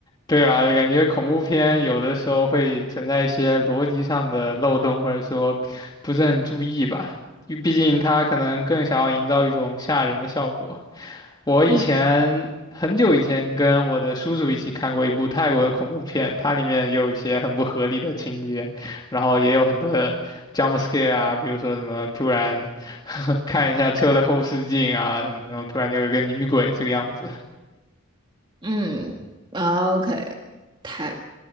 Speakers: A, on the left; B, on the right.
A: 对啊，感觉恐怖片有的时候会存在一些逻辑上的漏洞，或者说不是很注意吧。因为毕竟它可能更想要营造一种吓人的效果。我以前很久以前跟我的叔叔一起看过一部泰国的恐怖片，
B: 嗯
A: 它里面也有一些很不合理的情节，然后也有很多的 jump scare 啊，比如说什么突然 <laughs> 看一下车的后视镜啊，什么那种突然就有一个女鬼这个样子。
B: 嗯 o k 太